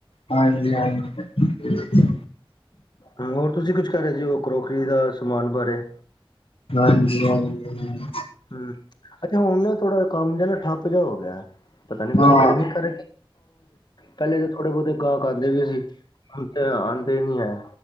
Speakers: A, on the left; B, on the left.
A: ਹਾਂਜੀ ਹਾਂਜੀ।
B: ਹਾ, ਹੋਰ ਤੁਸੀਂ ਕੁਝ ਕਰ ਰਹੇ ਸੀ, ਹੋ ਕਰੋਕਰੀ ਦਾ ਸਮਾਨ ਬਾਰੇ।
A: ਹਾਂਜੀ ਹਾਂਜੀ।
B: ਅੱਛਾ, ਹੁਣ ਨਾ ਥੋੜਾ ਜਿਹਾ, ਕੰਮ ਨਾ ਠੱਪ ਜਿਹਾ ਹੋ ਗਿਆ। ਪਤਾ ਨਈ, ਕੁੱਛ
A: ਹਾਂ
B: ਗਰਮੀ ਕਰਕੇ, ਪਹਿਲੇ ਤਾਂ ਥੋੜੇ ਬਹੁਤੇ ਗਾਹਕ ਆਂਦੇ ਵੀ ਸੀ। ਆਉਂਦੇ ਨਈ ਹੈ,